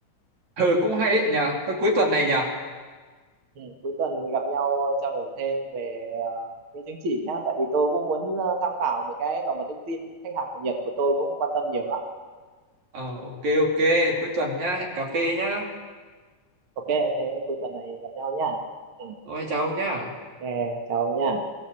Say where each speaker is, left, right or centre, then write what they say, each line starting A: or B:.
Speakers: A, on the right (about 65°); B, on the right (about 50°).
A: ừ, cũng hay đấy nhỉ. Thôi cuối tuần này nhỉ.
B: ừ, cuối tuần gặp nhau trao đổi thêm về ờ, cái chứng chỉ nhá tại vì tôi cũng muốn ờ, tham khảo một cái bảo mật thông tin khách hàng Nhật của tôi cũng quan tâm nhiều lắm
A: Ờ ok ok, cuối tuần nhá, hẹn cà phê nhá.
B: ok thế cuối tuần này gặp nhau nhá ừ,
A: Ôi chào ông nhá.
B: ok chào ông nhá